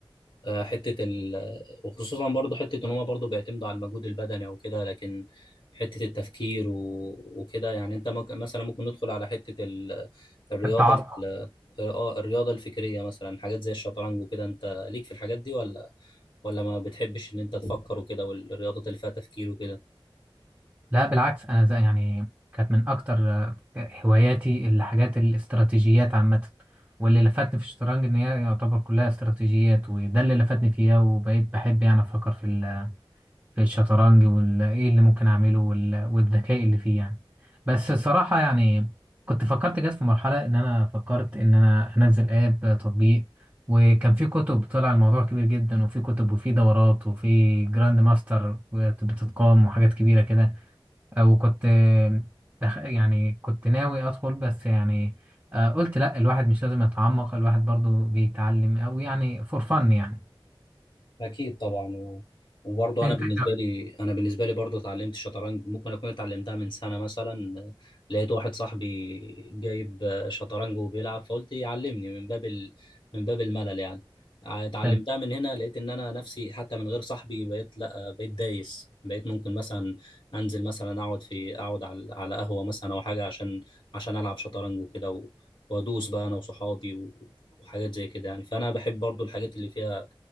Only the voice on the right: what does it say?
التعصب
لا بالعكس انا زي يعني كانت من اكتر آه، هواياتي الحاجات الاستراتيجيات عامه واللي لفتني في الشطرنج ان هي يعتبر كلها استراتيجيات وده اللي لفتني فيها وبقيت بحب يعني افكر في ال- في الشطرنج وايه اللي ممكن اعمله وال- والذكاء اللي فيه يعني بس الصراحه يعني كنت فكرت جت في مرحله ان انا فكرت ان انا انزل اب تطبيق وكان في كتب طلع الموضوع كبير جدا وفي كتب وفي دورات وفي جراند ماستر بتتقام وحاجات كبيره كده وكنت آه، دخ- يعني كنت ناوي ادخل بس يعني آه، قلت لا الواحد مش لازم يتعمق الواحد برضو بيتعلم او يعني فور فن يعني
انت
إيه
رأيك؟